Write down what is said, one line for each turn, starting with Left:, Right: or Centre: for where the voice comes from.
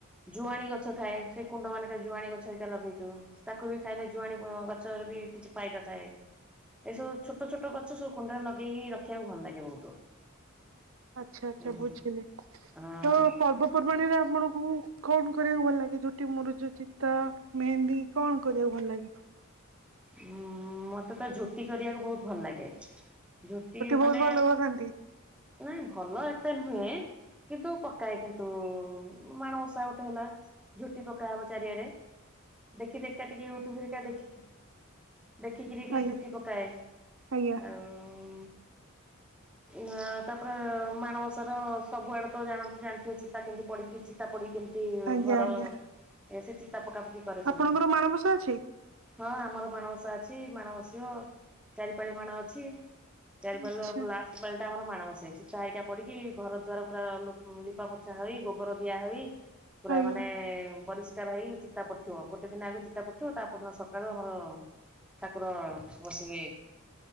Centre: ଜୁଆଣି ଗଛ ଥାଏ। ସେ କୁଣ୍ଡ ମାନଙ୍କରେ ଜୁଆଣି ଗଛ ହେରିକା ଲଗେଇଛୁ। ତାକୁ ବି ଖାଇଲେ ଜୁଆଣି ଗ ଗଛର ବି କିଛି ଫାଇଦା ଥାଏ। ଏସବୁ ଛୋଟ ଛୋଟ ଗଛ ସବୁ କୁଣ୍ଡରେ ଲଗେଇକି ରଖିବାକୁ ଭଲ ଲାଗେ ବହୁତ।
Right: ଆଚ୍ଛା ଆଚ୍ଛା
Centre: ହୁଁ
Right: ବୁଝିଲି ତ
Centre: ହଁ
Right: ପର୍ବ ପର୍ବାଣିରେ ଆପଣଙ୍କୁ କଣ କରିବାକୁ ଭଲ ଲାଗେ? ଝୋଟି, ମୁରୁଜ, ଚିତା, ମେହେନ୍ଦି କଣ କରିବାକୁ ଭଲ ଲାଗେ?
Centre: ଉଁ ମତେ ତ ଝୋଟି କରିବାକୁ ବହୁତ ଭଲ ଲାଗେ। ଝୋଟି
Right: ବହୁତ
Centre: ମାନେ
Right: ଭଲ ବନାନ୍ତି
Centre: ନାଇଁ ଭଲ ଏତେ ନୁହେଁ କିନ୍ତୁ ପକାଏ କି ନ୍ତୁ ମାଣ ମଷା ଗୋଟେ ହେଲା ଝୋଟି ପକାହବ ଚାରିଆଡେ। ଦେଖି ଦେଖିକା ଟିକେ ୟୁଟ୍ୟୁବ୍ ହେରିକା ଦେଖି ଦେଖିକିରି ଟିକେ
Right: ଆଜ୍ଞା
Centre: ଝୋଟି ପକାଏ।
Right: ଆଜ୍ଞା
Centre: ଆଉ ନାଁ ତାପରେ ମାଣବସାର ସବୁଆଡେ ତ ଜାଣନ୍ତି ଜାଣିଥିବେ ଚିତା କେମିତି ପଡ଼ିକିରି ଚିତାପଡିି କେମିତି
Right: ଆଜ୍ଞା
Centre: ଘର
Right: ଆଜ୍ଞା
Centre: ସେ ଚିତା ପକା ପକି କରେ ସବୁ।
Right: ଆପଣଙ୍କର ମାଣବସା ଅଛି?
Centre: ହଁ ଆମର ମାଣବସା ଅଛି। ମାଣ ବସିବ ଚାରିପାଳି ମାଣ ଅଛି। ଚାରିପାଳିର
Right: ଆଚ୍ଛା
Centre: ପୁ ଲାସ୍ ପାଳି ଟା ଆମର ମାଣ ବସେ। ଚିତା ହେରିକା ପଡିକି ଘର ଦ୍ଵାର ପୁରା ଲୁପ ଲିପା ପୋଛା ହେଇ ଗୋବର ଦିଆ ହେଇ ପୁରା
Right: ଆଜ୍ଞା
Centre: ମାନେ ପରିଷ୍ କାର ହେଇ ଚିତା ପଡ଼ିଥିବ ଗୋଟେ ଦିନ ଆଗୁରୁ ଚିତା ପଡ଼ିଥିବ। ତାପରଦିନ ସକାଳୁ ଆମର ଠାକୁର ବସିବେ।